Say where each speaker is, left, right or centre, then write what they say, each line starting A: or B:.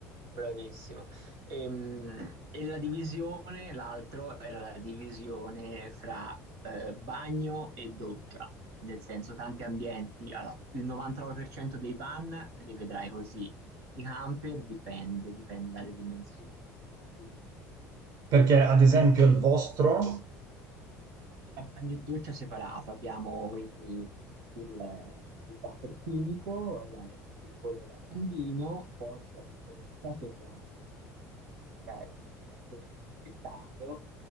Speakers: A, on the right; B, on the right.
A: Bravissimo. Ehm, E, la divisione, l'altro era la divisione fra eh, bagno e doccia, nel senso tanti ambienti, allora, il 99% dei van li vedrai così, i camper dipende, dipende dalle dimensioni, alcuni hanno un
B: Perché
A: bagno
B: ad esempio il vostro...
A: a bagno e doccia separato, abbiamo quindi il, il water chimico, la- il piccolo lavandino, poi c'è una doccia separata da cioè, separatore crispettato,